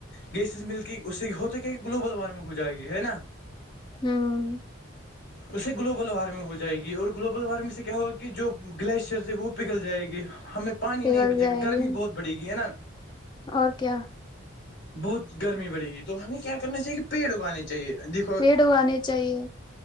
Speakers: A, on the left; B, on the left.
A: گیسز ملک اس سے ہوتا کیا کہ گلوبل وارمنگ ہو جائے گی ہے نا
B: ہاں
A: اس سے گلوبل وارمنگ ہو جائے گی اور گلوبل وارمنگ سے کیا ہوگا کہ جو گلیشئرس ہیں وہ پگھل جائے گی ہمیں پانی
B: پگل
A: نہیں بچے
B: جائے
A: گا گرمی
B: گی
A: بہت بڑے گی ہے نا
B: اور کیا
A: بہت گرمی پڑے گی تو ہمیں کیا کرنا چاہیے پیڑ اگانے چاہیے دیکھو
B: پیڑ اگانے چاہیے